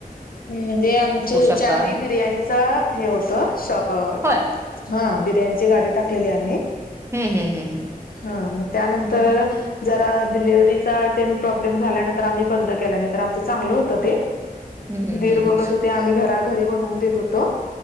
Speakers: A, on the left; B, on the right.
A: म्हणजे आमच हेच्या
B: शकता
A: आधी बिर्याणीच हे होत अ
B: होय
A: हा बिर्याणीची गाडी टाकलेली आम्ही,
B: हम्म हम्म हम्म
A: हा मग त्यानंतर
B: हम्म
A: जरा डिलिव्हरीचा तेन प्रॉब्लेम झाल्यानंतर आम्ही बंद केला नाही तर आमचं चांगलं होतं ते
B: <inaudible>
A: दीर
B: हम्म
A: बघत
B: हम्म.
A: होते. आम्ही घरा घरी बनवून देत होतो.